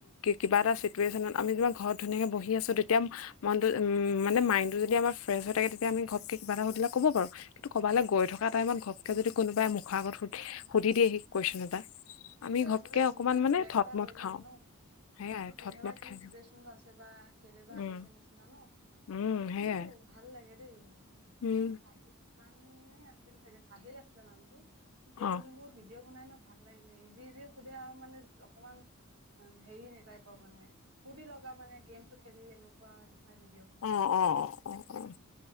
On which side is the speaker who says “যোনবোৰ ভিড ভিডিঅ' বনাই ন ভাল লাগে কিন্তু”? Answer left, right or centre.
Right